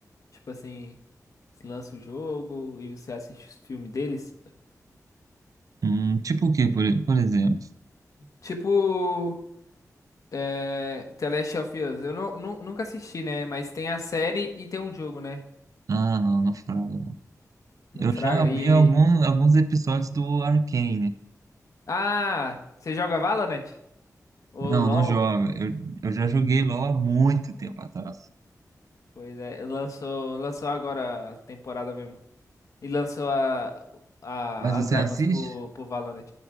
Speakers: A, on the left; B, on the right.
A: Tipo assim, se lança o jogo e você assiste os filmes deles?
B: Hum, tipo o quê, por, por exemplo?
A: Tipo. É, The Last of Us. Eu não, nu- nunca assisti, né? Mas tem a série e tem o jogo, né?
B: Ah, não, não fraga, não.
A: Não
B: Eu
A: fraga
B: já
A: aí.
B: vi algum, alguns episódios do Arcane.
A: Ah, você joga Valorant? Ou
B: Não,
A: LoL?
B: não joga. Eu, eu já joguei LOL há muito tempo atrás.
A: Pois é, lançou, lançou agora a temporada mesmo. E lançou a, a-
B: Mas você
A: as armas
B: assiste?
A: pro, pro Valorant.